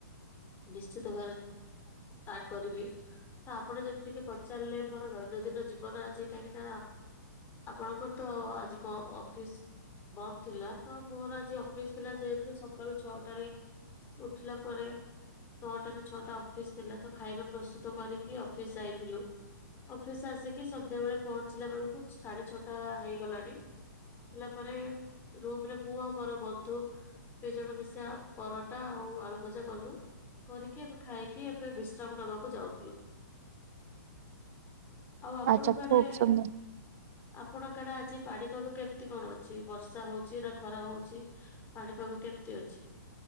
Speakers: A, on the left (about 20°); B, on the right (about 45°).
A: ନିଶ୍ଚିତ ଭାବରେ ଆଡ଼ କରିବି। ତ ଆପଣ ଯେମିତିକି ପଚାରିଲେ ମୋର ଦୈନନ୍ଦିନ ଜୀବନ ଆଜି କାହିଁକି ନା ଆପଣଙ୍କର ତ ଆଜି ମୋ ଅଫିସ୍ ବନ୍ଦ ଥିଲା ତ ମୋର ଆଜି ଅଫିସ୍ ଥିଲା ଯେହେତୁ ସକାଳୁ ଛଅଟାରେ ଉଠିଲା ପରେ ନଅଟା ରୁ ଛଅଟା ଅଫିସ। ଥିଲା ତ ଖାଇବା ପ୍ରସ୍ତୁତ କରିକି ଅଫିସ ଯାଇଥିଲୁ। ଅଫିସ୍ ଆସିକି ସନ୍ଧ୍ୟା ବେଳେ ପହଞ୍ଚିଲା ବେଳକୁ ସାଢେ ଛଅଟା ହେଇଗଲାଣି। ହେଲା ପରେ ରୁମ୍ ରେ ମୁଁ ଆଉ ମୋର ବନ୍ଧୁ ଦି ଜଣ ମିଶା ପର ଟା ଆଉ ଆଳୁ ଭଜା କଲୁ କରିକି ଏବେ ଖାଇକି ଏବେ ବିଶ୍ରାମ ନବାକୁ ଯାଉଥିଲୁ। ଆଉ ଆପଣ
B: ଆଚ୍ଛା
A: କୁଆଡେ
B: ଖୁବ ସୁନ୍ଦର।
A: ଆପଣଙ୍କ ଆଡେ ଆଜି ପାଣିପାଗ କେମିତି କଣ ଅଛି ବର୍ଷା ହଉଛି ନା ଖରା ହଉଛି? ପାଣିପାଗ କେମିତି ଅଛି?